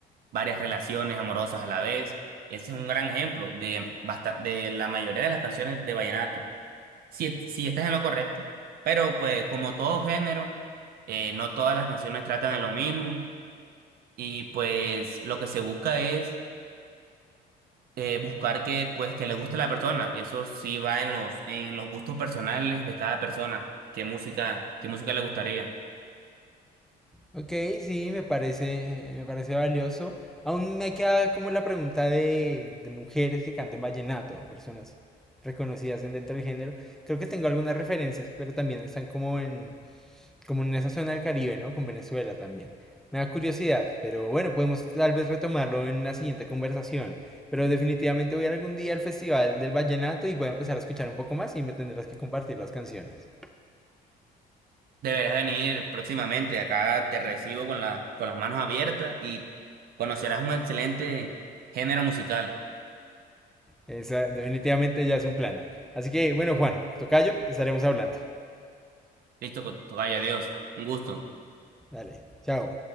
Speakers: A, on the right; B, in the centre.
A: varias relaciones amorosas a la vez. Ese es un gran ejemplo de, basta- de la mayoría de las canciones de vallenato. Si estás en lo correcto, pero pues como todo género, eh, no todas las canciones tratan de lo mismo y pues lo que se busca es eh, buscar que pues que le guste a la persona. Eso sí va en los en los gustos personales de cada persona. ¿Qué música, qué música le gustaría?
B: Ok, sí, me parece, me parece valioso. Aún me queda como la pregunta de, de mujeres que canten vallenato, o personas reconocidas dentro del género. Creo que tengo algunas referencias, pero también están como en, comunización al Caribe, ¿no? Con Venezuela también. Me da curiosidad, pero bueno, podemos tal vez retomarlo en una siguiente conversación. Pero definitivamente voy a ir algún día al Festival del Vallenato y voy a empezar a escuchar un poco más y me tendrás que compartir las canciones.
A: Deberás venir próximamente. Acá te recibo con la, con las manos abiertas y conocerás un excelente género musical.
B: Esa definitivamente ya es un plan. Así que bueno, Juan, tocayo, estaremos hablando.
A: Listo, co- tocayo, adiós. Un gusto.
B: Dale, chao.